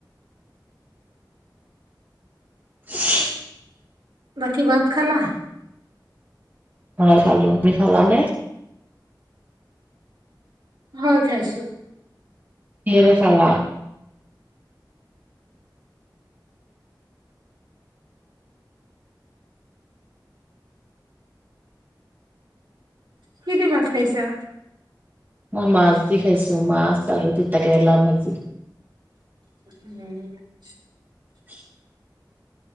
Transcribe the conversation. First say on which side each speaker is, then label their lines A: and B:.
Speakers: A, on the right; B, on the right.
A: <inaudible>
B: বাকী ভাত খালা
A: ভাত খালো আপুনি খালানে
B: হয় খাইছো
A: কিহেৰে খালা
B: কিদি ভাত খাইছা
A: মই মাছ দি খাইছো মাছ আৰু তিতা কেৰেলা ভাজি
B: উম
A: <inaudible>